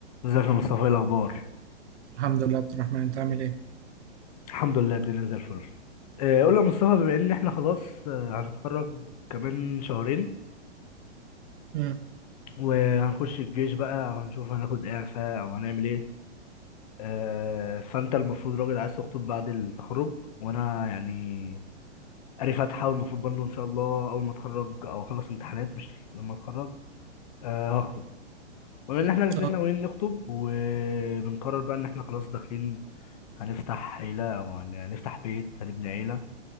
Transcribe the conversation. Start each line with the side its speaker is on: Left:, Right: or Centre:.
Left: ازيك يا مصطفى ايه الاخبار
Right: الحمد لله عبد الرحمن انت عامل ايه
Left: الحمد لله الدنيا زي الفل آه، قول لي يا مصطفى بما ان احنا خلاص آه، هنتخرج كمان شهرين
Right: امم
Left: وهنخش الجيش بقى او هنشوف هناخد اعفاء او هنعمل ايه آه، فانت المفروض راجل عايز تخطب بعد التخرج وانا يعني قاري فاتحه والمفروض برضه ان شاء الله اول ما اتخرج او اخلص امتحانات مش لما اتخرج آه، هخطب بما ان احنا الاثنين
Right: اه
Left: ناويين نخطب وبنقرر بقى ان احنا خلاص داخلين هنفتح عيله او هن- هنفتح بيت هنبني عيله